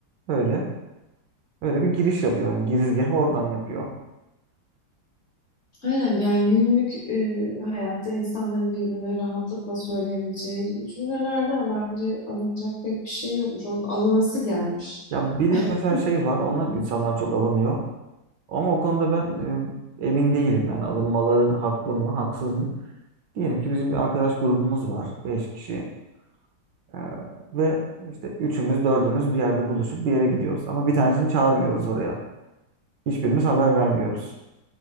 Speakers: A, on the right; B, on the left.
A: Öyle. Öyle bir giriş yapıyor. Yani girizgahı oradan yapıyor.
B: Aynen yani günlük e, hayatta insanların birbirine rahatlıkla söyleyebileceği cümlelerden bence alınacak pek bir şey yokmuş. Onun alınası gelmiş.
A: Ya bir
B: <laughs>
A: de mesela şey var, onlar insanlar çok alınıyor. Ama o konuda ben e, emin değilim. Yani alınmaları haklı mı, haksız mı? Diyelim ki bizim bir arkadaş grubumuz var, 5 kişi. Ee, ve işte üçümüz, dördümüz bir yerde buluşup bir yere gidiyoruz. Ama bir tanesini çağırmıyoruz oraya. Hiçbirimiz haber vermiyoruz.